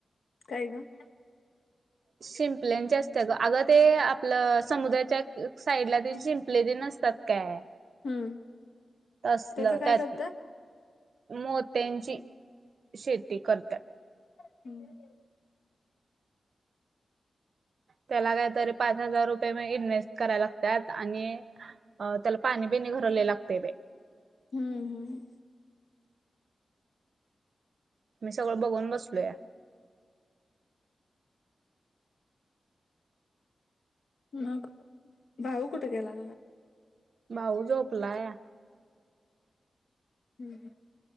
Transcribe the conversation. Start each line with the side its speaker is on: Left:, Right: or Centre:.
Left: काय ग.
Right: शिंपल्यांची असत्या ग अगं ते आपलं समुद्राच्यात. एक साईडला ते शिंपले भी नसतात काय.
Left: हम्म
Right: तसलं
Left: त्याच काय
Right: त्यात.
Left: करतात
Right: मोत्यांची शेती करतात.
Left: हम्म.
Right: त्याला काहीतरी पाच हजार रुपये मग इन्व्हेस्ट करायला लागतात आणि. अ त्याला पाणी बिनि भराले लई लागते बई.
Left: हम्म हम.
Right: मी सगळं बघून बसलो या.
Left: मग भाऊ कुठं गेला.
Right: भाऊ झोपला या.
Left: हम हम.